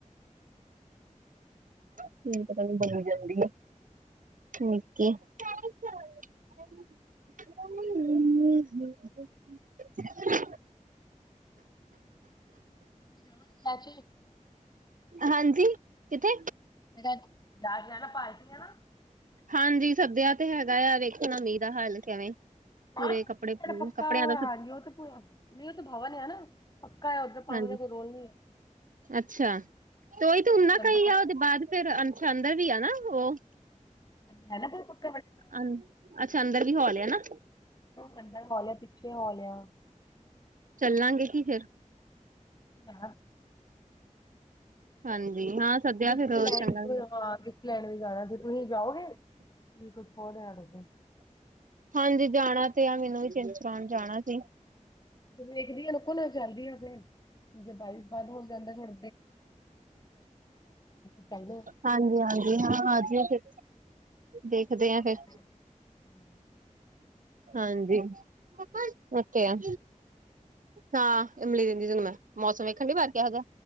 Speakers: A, on the right; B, on the left.
A: <unintelligible> ਠੀਕ <unintelligible> <unintelligible>
B: ਜਾਣਾ <unintelligible>
A: ਹਾਂਜੀ, ਕਿਥੇ?
B: <unintelligible> ਨਾ ਪਾਰਟੀਆਂ ਨਾ
A: ਹਾਂਜੀ ਸੱਦਿਆ ਤੇ ਹੈਗਾ ਆ, ਵੇਖਣ ਮੀਂਹ ਦਾ ਹੱਲ ਕਿਵੇਂ।
B: <unintelligible>
A: ਪੂਰੇ ਕੱਪੜੇ
B: ਪੱਕਾ
A: ਕੱਪੜਿਆਂ ਦਾ
B: ਹਾਂਜੀ ਉਹ ਤੇ ਨਹੀਂ ਉਹ ਤੇ ਭਵਨ ਆ ਨਾ ਪੱਕਾ ਹੈ ਉਧਰ ਪਾਣੀ
A: ਹਾਂਜੀ,
B: ਦਾ ਕੋਈ ਰੋਲ ਨਹੀਂ
A: ਅੱਛਾ, ਤੇ ਉਹੀ ਤੇ
B: ਹੈ
A: ਓਨਾ
B: ਅੰਦਰ
A: ਕ ਹੀ
B: ਪੱਕਾ
A: ਆ, ਉਹਦੇ ਬਾਅਦ ਫੇਰ, ਅੰਸ਼ ਅੰਦਰ ਵੀ ਆ ਨਾ ਉਹ।
B: <unintelligible>
A: ਅਨ ਅੱਛਾ ਅੰਦਰ ਦੀ ਖਿਵਾਲਿਆ ਹੈਨਾ।
B: ਵੱਡਾ ਹਾਲ ਆ, ਪਿੱਛੇ ਹਾਲ ਆ।
A: ਚਲਾਗੇ ਜੀ ਫਿਰ।
B: <unintelligible>
A: ਹਾਂਜੀ ਹਾਂ ਸੱਦਿਆ
B: ਗਿਫਟ
A: ਫੇਰ
B: ਵੀ ਲੈ
A: ਚੰਗਾ
B: ਗਿ ਲੈਂਡ ਵੀ ਜਾਣਾ ਜੇ ਤੁਸੀਂ ਜਾਓਗੇ। ਕੁਛ ਹੋ <unintelligible>
A: ਹਾਂਜੀ ਜਾਣਾ ਤੇ ਆ, ਮੈਨੂੰ ਵੀ ਚਿੰਤ ਕਰਾਉਣ ਜਾਣਾ ਸੀ।
B: ਵੇਖਦੀ ਆ ਨੁਕੋ ਨਾਲ ਚੱਲਦੀ ਆ ਫਿਰ, <unintelligible> ਜਾਈ ਬੰਦ ਹੋ ਜਾਂਦਾ ਫਿਰ <unintelligible>
A: ਹਾਂਜੀ-ਹਾਂਜੀ ਹਾਂ, ਆਜੀਓ ਫਿਰ ਦੇਖਦੇ
B: <inaudible>
A: ਆ ਫਿਰ ਹਾਂਜੀ, <unintelligible> ਓਕੇ ਆ। ਹਾਂ ਇਮਲੀ ਦਿੰਦੀ ਤੈਨੂੰ ਮੈਂ, ਮੌਸਮ ਵੇਖਿਆ ਨੀ ਬਾਹਰ ਕਿਹੋ ਜਿਹਾ,